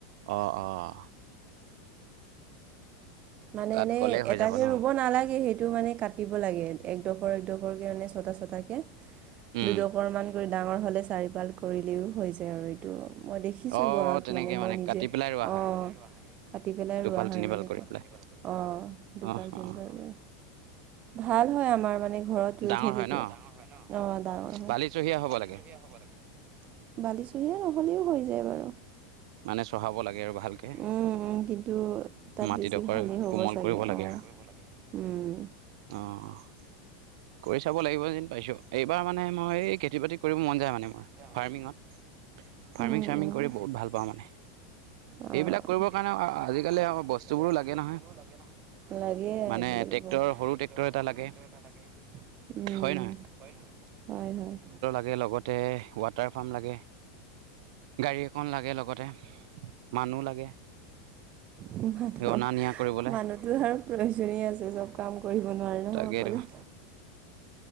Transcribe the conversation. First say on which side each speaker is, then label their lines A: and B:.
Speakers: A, on the right; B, on the right.
A: অ' অ'।
B: মানে
A: তাত
B: এনেই
A: ক'লেই হৈ
B: এটাকে
A: যাব ন
B: ৰুব নালাগে, সেইটো মানে কাট দিব লাগে, একডোখৰ একডোখৰ কে মানে ছটা-ছটাকে,
A: উম
B: দুডখৰ মান ডাঙৰ হ'লে চাৰিফাল কৰিলেও হৈ যায় আৰু মই দেখিছোঁ
A: অ
B: ঘৰত
A: তেনেকে
B: মানে মই নিজে
A: কাটি
B: অ'
A: পেলাই ৰোৱা হয়
B: কাটি পেলাই
A: দুফাল
B: ৰোৱা হয়
A: তিনিফাল
B: মানে এইটো
A: কৰি পেলাই
B: অ দুপাৰ
A: অ অ
B: তিনিবাৰ ৰুৱে ভাল হয় আমাৰ মানে ঘৰত
A: ডাঙৰ
B: ৰুই থাকিটো
A: হয় ন
B: অ ডাঙৰ হয়
A: বালিচহীয়া হ'ব
B: বালিচহীয়া
A: লাগে
B: হব নেকি? বালিচহীয়া নহ'লেও হৈ যায় বাৰু।
A: মানে চহাব লাগে আৰু ভালকে
B: উম উম কিন্তু তাত
A: মাটিডোখৰ
B: বেছি ভালেই হ'ব
A: কোমল
B: চাগে
A: কৰিব লাগে
B: উ
A: আৰু
B: উম
A: অ' অ' কৰি চাব লাগিব যেন পাইছো এইবাৰ মানে মই এই খেতি বাতি কৰিব মন যায় মানে মোৰ
B: কৰিব
A: ফাৰ্মিঙত ফাৰ্মিং
B: মন যায়
A: চাৰ্মিং
B: মানে
A: কৰি বহুত ভাল পাওঁ মানে।
B: অ
A: এইবিলাক কৰিবৰ
B: এইবিলাক
A: কাৰণে
B: কৰিব
A: আজিকালি
B: কাৰণে
A: আকৌ
B: আজিকালি
A: বস্তুবোৰো
B: অ
A: লাগে
B: বস্তুবোৰো
A: নহয়
B: লাগে নহয় লাগে
A: মানে
B: আজিকালি
A: ট্ৰেক্টৰ
B: বহুত মানে
A: সৰু
B: টেক্টৰ
A: ট্ৰেক্টৰ এটা
B: সৰু
A: লাগে
B: টেক্টৰ এটা লাগে উম
A: হয়
B: হয় হয়।
A: এ লগতে ৱাটাৰ পাম্প লাগে। গাড়ী এখন লাগে লগতে মানুহ লাগে।
B: মানুহ
A: অনা নিয়া কৰিবলৈ
B: মানুহটো আৰু প্ৰয়োজনীয় আছে চব কাম কৰিব নোৱাৰে নহয়
A: তাকেতো
B: অকলে।